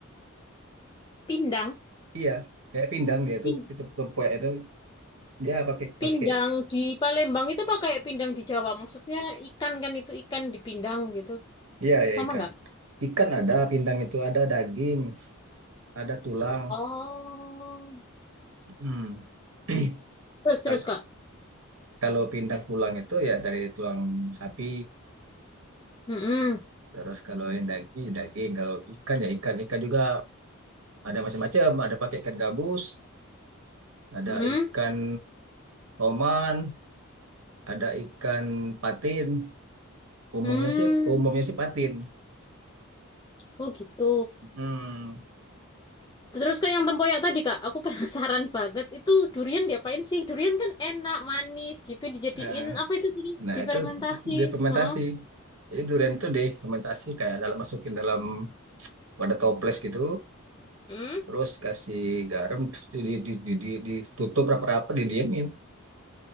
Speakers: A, on the left; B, on the right.
A: pindang
B: Iya, kayak pindang dia itu
A: Pin-
B: itu kepoyak itu dia pakai
A: pindang
B: pakai.
A: di Palembang itu pakai pindang di Jawa maksudnya ikan kan itu ikan dipindang gitu
B: Iya ya
A: sama
B: ikan.
A: nggak
B: Ikan ada, pindang itu ada daging, ada tulang.
A: oh
B: Hmm. <clears throat>
A: Terus
B: Kalau
A: terus kak.
B: kalau pindang tulang itu ya dari tulang sapi.
A: Mm-mm,
B: Terus kalau yang daging ya daging, kalau ikan ya ikan. Ikan juga ada macam-macam, ada pakai ikan gabus, ada
A: mm-mm,
B: ikan oman, ada ikan patin. Umumnya
A: mm.
B: sih umumnya sih patin.
A: Oh gitu.
B: Hmm.
A: Terus ke yang tempoyak tadi Kak, aku <laughs> penasaran banget. Itu durian diapain sih? Durian kan enak, manis gitu dijadiin
B: eh.
A: apa itu tadi?
B: Nah,
A: Difermentasi.
B: itu dia fermentasi.
A: Heeh.
B: Jadi durian itu difermentasi kayak dalam masukin dalam wadah toples gitu,
A: Hmm.
B: terus kasih garam, terus di, di, di, di- di- ditutup rapat-rapat, didiemin.